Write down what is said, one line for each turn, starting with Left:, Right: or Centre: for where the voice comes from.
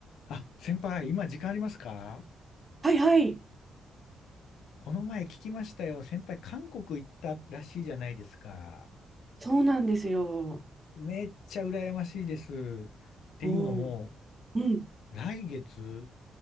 Left: あ、先輩、今時間ありますか
Right: はいはい。
Left: この前聞きましたよ。先輩、韓国行ったらしいじゃないですか。
Right: そうなんですよ。
Left: めっちゃ羨ましいです。っていうのも、
Right: おお、うん、
Left: 来月、